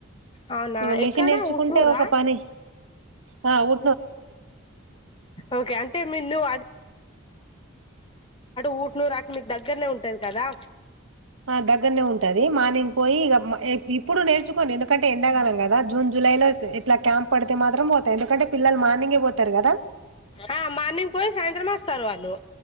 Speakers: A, on the left; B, on the right.
A: అవునా
B: ఇక మిషన్
A: ఎక్కడ
B: నేర్చుకుంటే
A: ఉట్నూరా
B: ఒక పని ఆ అవు
A: ఓకే అంటే మీరు అది ఊరు అటు మీకు దగ్గరనే ఉంటంది కదా
B: ఆ దగ్గరనే ఉంటది మార్నింగ్ పోయి ఇగ ఇప్పుడు నేర్చుకోను ఎందుకంటే ఎండాకాలం కదా జూన్ జులైలో ఇట్లా క్యాంప్ పడితే మాత్రం పోతా ఎందుకంటే పిల్లలు మార్నింగే పోతారు కదా
A: ఆ మార్నింగ్ పోయి సాయంత్రం వస్తారు వాళ్ళు